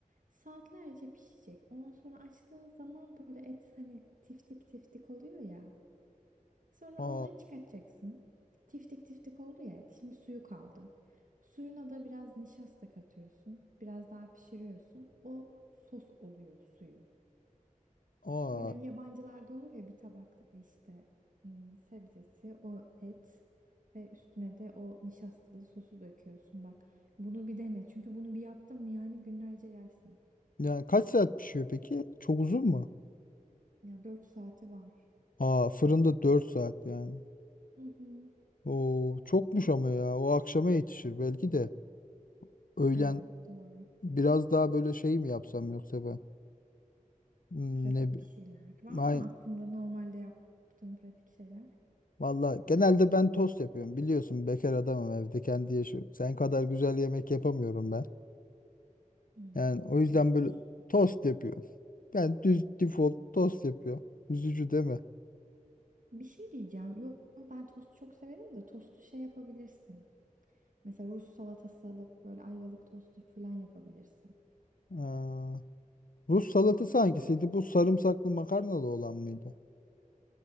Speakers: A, on the right (about 70°); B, on the left (about 80°).
A: Saatlerce pişecek. Ondan sonra açtığın zaman böyle et hani tiftik tiftik oluyor ya. Sonra
B: <laughs> Aa,
A: onları çıkartacaksın. Tiftik tiftik oldu ya et. Şimdi suyu kaldı. Suyuna da biraz nişasta katıyorsun. Biraz daha pişiriyorsun. O sos oluyor suyu.
B: aa.
A: Böyle hani yabancılarda olur ya bir tabakta işte ım, sebzesi, o et ve üstüne de o nişastalı sosu döküyorsun. Bak bunu bir dene. Çünkü bunu bir yaptın mı yani günlerce yersin.
B: Yani kaç saat pişiyor peki? Çok uzun mu?
A: Ya 4 saati var.
B: Aa, fırında 4 saat yani.
A: Hı hı.
B: Oo, çokmuş ama ya. O akşama yetişir belki de. Öğlen
A: Evet doğru.
B: biraz daha böyle şey mi yapsam yoksa ben? Hmm,
A: Pratik
B: ne bi-
A: bir şeyler. Var
B: Ay,
A: mı aklında normalde yaptığın pratik şeyler?
B: valla genelde ben tost yapıyorum. Biliyorsun bekar adamım evde kendi yaşıyorum. Sen kadar güzel yemek yapamıyorum ben.
A: Hmm,
B: Yani o yüzden
A: tost.
B: böyle tost yapıyorum. Ben düz default tost yapıyorum. Üzücü değil mi?
A: Bir şey diyeceğim. Yok ben tost çok severim de tostu şey yapabilirsin. Mesela Rus salatası alıp böyle ayvalık tostu falan yapabilirsin.
B: Aa, Rus salatası
A: Normal
B: hangisiydi?
A: tost.
B: Bu sarımsaklı makarnalı olan mıydı?